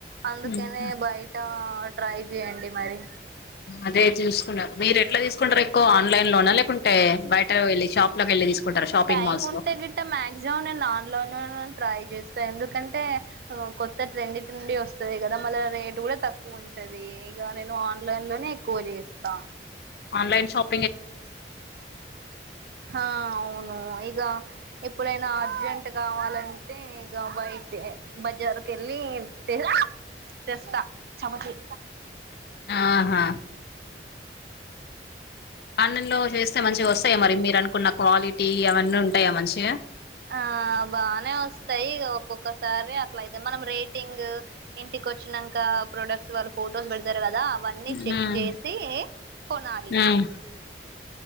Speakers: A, on the right; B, on the left.
A: అందుకేనే
B: మ్మ్
A: బయట ట్రై చెయండి మరి
B: అదే చూసుకున్నారు మీరు ఎట్లా తీసుకుంటారు ఎక్కువ ఆన్లైన్ లోనా లేకుం టే బయట వెళ్ళి షాప్ లకేళ్ళి తీసుకుంటార షాపింగ్
A: టైం
B: మాల్స్
A: ఉంటే
B: లో
A: గిట్ట మాక్సిమం నేను ఆన్లైన్ ట్రై చేస్తా ఎందుకంటే కొత్త ట్రెండిటి నుండి వస్తది కదా మళ్ళ రేటు కూడా తక్కువ ఉం టది ఇగ నేను ఆన్లైన్ లోనే ఎక్కువ చేస్తా
B: ఆన్లైన్ షాప్
A: హా అవును ఇగ ఎప్పుడైనా అర్జెంట్ కావాలంటే ఇగ బయట బజార్ కేళ్ళి తె తెస్తా చమతి
B: ఆహా అన్నం లో చేస్తే మంచిగా వస్తాయ మరి మీరు అనుకున్న క్వాలిటీ అవన్నీ ఉంటాయా మంచిగా
A: ఆ బానే వస్తాయి ఇగ ఒక్కొక్క సరే అట్లా అయితయి మనం రేటింగ్ ఇంటికోచ్చినంక ప్రొడక్ట్స్ వాళ్ళు ఫొటోస్ పెడుతారు క దా అవన్నీ
B: ఉమ్
A: చెక్ చేసి కొనాలి
B: ఉమ్.